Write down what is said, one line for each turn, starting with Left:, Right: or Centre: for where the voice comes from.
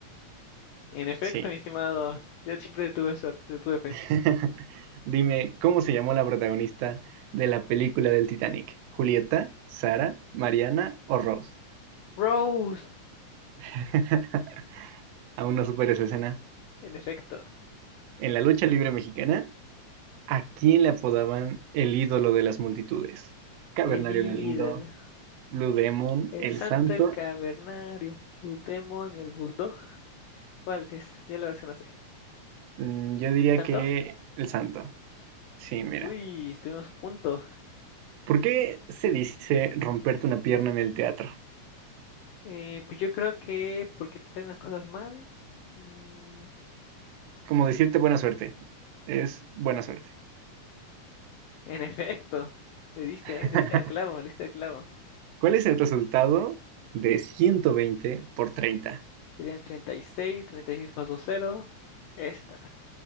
Left: En efecto,
Right: Sí.
Left: mi estimado. Yo siempre tuve suerte, te tuve fe.
Right: <laughs> Dime, ¿cómo se llamó la protagonista de la película del Titanic? ¿Julieta, Sara, Mariana o Rose?
Left: Rose.
Right: <laughs> Aún no supero esa escena.
Left: En efecto.
Right: En la lucha libre mexicana, ¿a quién le apodaban el ídolo de las multitudes? Cavernario
Left: El ídolo.
Right: Galindo, Blue Demon,
Left: El
Right: El
Left: santo,
Right: Santo.
Left: el cavernario. Tu demonio, el bulldog. ¿Cuál es? Ya la verdad es que no sé.
Right: Mm, Yo diría
Left: ¿El santo?
Right: que el santo. Sí, mira.
Left: Uy, estuvimos a punto.
Right: ¿Por qué se dice romperte una pierna en el teatro?
Left: Eh, pues yo creo que porque te hacen las cosas mal. Mm,
Right: Como decirte buena suerte. Es buena suerte.
Left: en <laughs> efecto, le diste,
Right: <laughs>
Left: ¿eh? Le diste al clavo, le diste al clavo.
Right: ¿Cuál es el resultado de 120 por treinta?
Left: Serían treinta y seis treinta y seis más dos cero. Esta,